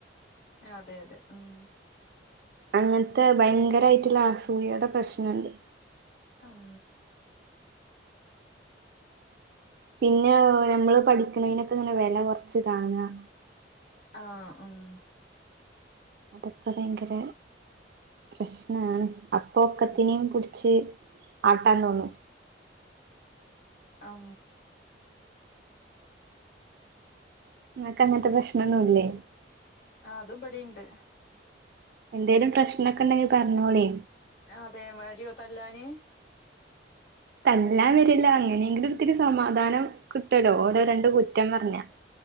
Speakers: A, on the left; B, on the right.
A: അതെ അതെ ഉം
B: അങ്ങനത്തെ ഭയങ്കരമായിട്ടുള്ള അസൂയയുടെ പ്രശ്നമുണ്ട്
A: ഉം
B: പിന്നെ നമ്മള് പഠിക്കുന്നതിനനൊക്കെ ഇങ്ങനെ വില കുറച്ച് കാണുക
A: ആ ഉം
B: അതൊക്കെ ഭയങ്കര പ്രശ്നാണ് പോക്കത്തിനെയും
A: ഉം
B: പിടിച്ച് ആട്ടാൻ തോന്നും
A: അം
B: നിങ്ങക്ക് അങ്ങത്തെ പ്രശ്നമൊന്നുമില്ലേ
A: ആ അതും പടെണ്ട്
B: എന്തേലും പ്രശ്നൊക്കെ ഉണ്ടെങ്കിൽ പറഞ്ഞോളി
A: അതെ മരിയോ തല്ലാന്
B: തല്ലാൻ വരില്ല അങ്ങനെയെങ്കിലും ഒരിത്തിരി സമാധാനം കിട്ടുല്ലോ ഓരോ രണ്ട് കുറ്റം പറഞ്ഞാ